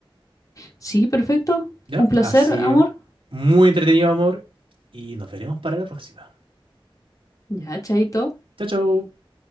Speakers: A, on the left; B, on the right.
A: Sí, perfecto.
B: ¿Ya?
A: Un placer,
B: Ha sido
A: amor.
B: muy entretenido, amor, y nos veremos para la próxima.
A: Ya, chaito.
B: Chao, chao.